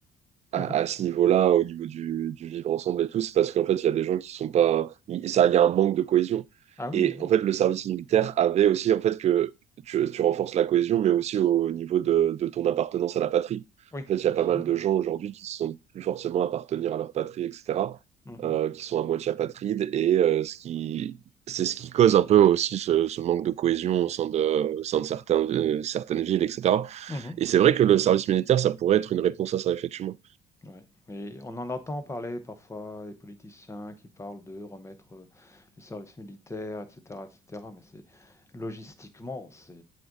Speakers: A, on the right; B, on the left.
A: à,
B: Mhm.
A: à ce niveau-là, au niveau du, du vivre ensemble et tout, c'est parce qu'en fait, il y a des gens qui sont pas. Il, ça, il y a un manque de cohésion.
B: Ah oui,
A: Et
B: oui,
A: en fait, le service militaire avait aussi, en fait, que tu, tu renforces la cohésion, mais aussi au niveau de, de ton appartenance à la patrie.
B: Oui,
A: En fait, il y a
B: absolument.
A: pas mal de gens aujourd'hui qui ne sont plus forcément appartenir à leur patrie, etc.,
B: Mmh
A: euh,
B: mh.
A: qui sont à moitié apatrides, et euh, ce qui, c'est ce qui cause un peu aussi ce, ce manque de cohésion au sein de, au sein de certains, euh, certaines villes, etc.
B: Mmh
A: Et c'est vrai que le service militaire, ça pourrait être une réponse à ça, effectivement.
B: Ouais, mais on en entend parler parfois, des politiciens qui parlent de remettre, heu, le service militaire et cetera et cetera, mais c'est logistiquement, c'est